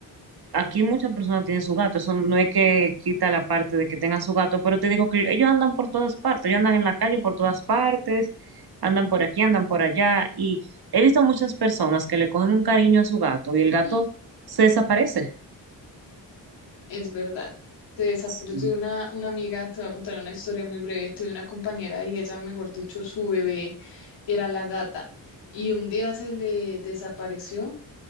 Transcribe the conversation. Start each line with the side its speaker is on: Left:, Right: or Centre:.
Right: aquí muchas personas tienen su gato, eso no es que quita la parte de que tengan su gato, pero te digo que ellos andan por todas partes, ellos andan en la calle por todas partes, andan por aquí, andan por allá, y he visto muchas personas que le cogen un cariño a su gato y el gato
Left: Mm,
Right: se desaparece.
Left: es verdad. Se desa-
Right: Sí.
Left: Yo tuve una, una amiga, te voy a contar una historia muy breve. Tuve una compañera y ella, mejor dicho, su bebé era la gata. Y un día se le desapareció